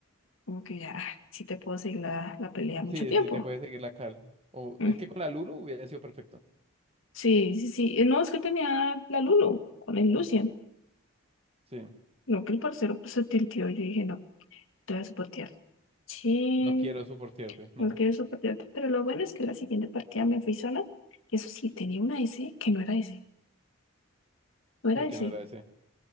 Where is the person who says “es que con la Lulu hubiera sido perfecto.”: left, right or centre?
Right